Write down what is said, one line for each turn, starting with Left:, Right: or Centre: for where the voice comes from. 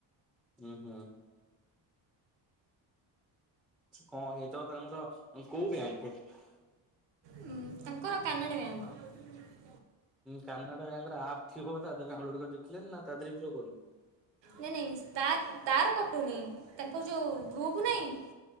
Centre: ହଁ ହଁ। କଣ ସେଇତ <unintelligible> କୋଉଁ ଯାଏଁ <unintelligible>
Right: ଉଁ ତାଙ୍କର କାନାଡ଼ା ବ୍ୟାଙ୍କ।
Centre: କାନାଡା ବ୍ୟାଙ୍କ ର ଆପ୍ ଥିବ ତା ଦେହ ରେ ଡାଉନଲୋଡ କରିକି ଦେଖିଲୁଣି ନା ତା ଦେହ ରେ ଶୋ କରୁନି?
Right: ନାଇଁ ନାଇଁ ତା ତାର କଟୁନି ତାଙ୍କ ଯୋଉଁ ଗ୍ରୁପ ନାଇଁ?